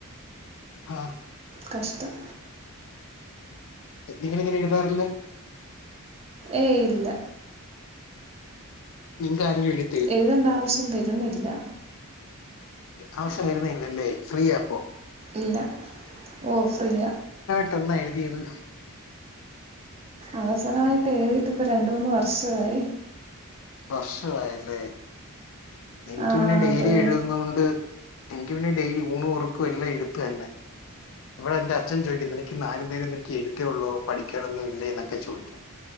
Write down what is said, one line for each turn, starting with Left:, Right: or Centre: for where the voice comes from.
Left: ആ
Right: കഷ്ടം
Left: നിങൾ ഇങ്ങനെ എഴുതാറില്ലേ?
Right: ഏഹ് ഇല്ല
Left: നിങ്ക ആരെങ്കിലും എഴു
Right: എഴുതേണ്ടാവശ്യം വരുന്നില്ല.
Left: ആവശ്യം വരുന്നല്ലല്ലേ ഫ്രീ ആപ്പോ
Right: ഇല്ല ഓ ഫ്രീയ.
Left: ട്ടന്ന എഴുതിയത്?
Right: അവസാനമായിട്ട് എഴുതിയിട്ട് ഇപ്പ രണ്ട മൂന്ന് വർഷമായി.
Left: വർഷമായല്ലേ? എനിക്ക്
Right: ആ
Left: പിന്നെ ഡെയിലി
Right: അതെ
Left: എഴുതുന്നത് കൊണ്ട് എനിക്ക് പിന്നെ ഡെയിലി ഊണറക്കും എല്ലാം എഴുത്തന്നെ. അപ്പന്റെ അച്ഛൻ ചോയ്ക്കുന്നു നിക്ക് നാലു നേരം നിനക്ക് എഴുത്തയള്ളൂ പഠിക്കാനൊന്ന ഇല്ലേന്നക്കെ ചോദിക്കും.